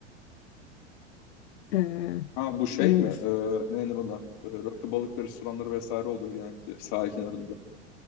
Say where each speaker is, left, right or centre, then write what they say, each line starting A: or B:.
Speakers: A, on the left; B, on the left.
A: E,
B: Ha bu şey
A: onun
B: mi? Ee,
A: dışında.
B: ne denir ona? Ee, rakı balık restoranları vesaire olduğu genellikle sahil kenarında.